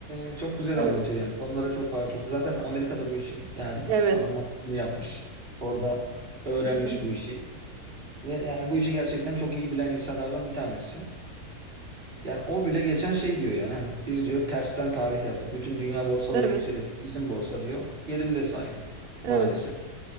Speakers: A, on the right; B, on the right.
A: e, çok güzel
B: Evet.
A: anlatıyor yani. Konulara çok hakim. Zaten Amerika'da bu işin yani
B: Evet.
A: adam bunu yapmış. Orada öğrenmiş
B: Hı hı.
A: bu işi. Ve yani bu işi gerçekten çok iyi bilen insanlardan bir tanesi. Yani o bile geçen şey diyor yani hani biz diyor tersten tarih yazdık. Bütün dünya borsaları
B: Evet.
A: yükselirken bizim borsa diyor yerinde saydı
B: Evet.
A: maalesef.